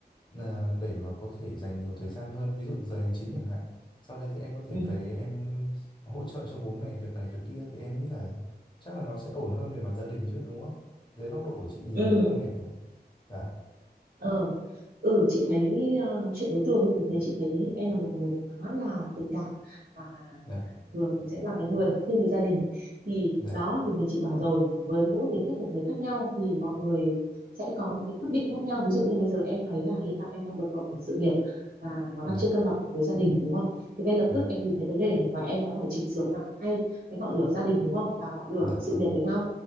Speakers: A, on the left; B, on the right.
A: à, để mà có thể dành nhiều thời gian hơn ví dụ giờ hành chính chẳng hạn sau đây thì em có thể
B: ừ ừ
A: về em hỗ trợ cho bố mẹ việc này việc kia thì em nghĩ là chắc là nó sẽ ổn hơn về mặt gia đình chứ đúng không dưới góc độ của chị nhìn
B: ừ
A: quan điểm của dạ
B: Ờ, ừ chị thấy ờ, nói chuyện với Tường ấy thì thấy chị thấy em là một người khá là tình cảm và
A: dạ
B: thường thì sẽ là cái người thiên về gia đình thì
A: dạ
B: đó thì như chị bảo rồi với mỗi tính cách của người khác nhau thì mọi người sẽ có những cái quyết định khác nhau ví dụ như bây giờ em thấy là hiện tại em đang bật cộng sự nghiệp và nó
A: dạ
B: đang chưa cân bằng được với gia đình đúng không thì ngay lập
A: dạ
B: tức em nhìn thấy vấn đề và em đã phải chỉnh sửa ngay cái ngọn lửa gia đình đúng không và ngọn lửa
A: dạ
B: sự
A: vâng
B: nghiệp với nhau